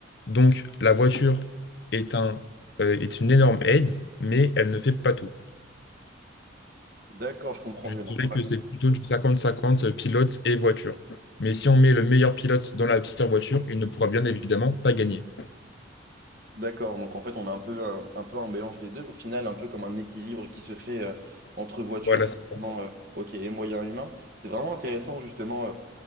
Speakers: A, on the left; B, on the right.
A: Donc, la voiture est un, euh, est une énorme aide, mais elle ne fait pas tout.
B: D'accord, je comprends
A: Je
B: mieux. Donc,
A: dirais
B: on a-
A: que c'est plutôt du 50-50 pilote et voiture. Mais si on met le meilleur pilote dans la pire voiture, il ne pourra bien évidemment pas gagner.
B: D'accord, donc en fait, on a un peu un, un peu un mélange des deux. Au final, un peu comme un équilibre qui se fait euh, entre voitures
A: Voilà,
B: justement,
A: c'est ça.
B: euh, ok, et moyens humains. C'est vraiment intéressant justement. euh,